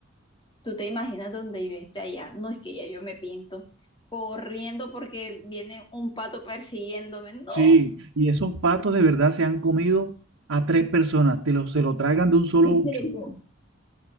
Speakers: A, on the left; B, on the right.
A: Tú te imaginas donde yo esté allá. No es que ya yo me pinto corriendo porque viene un pato persiguiéndome. No,
B: Sí, y esos patos de verdad se han comido a tres personas, te lo, se lo tragan de un solo
A: <laughs> ¿En
B: ucho.
A: serio?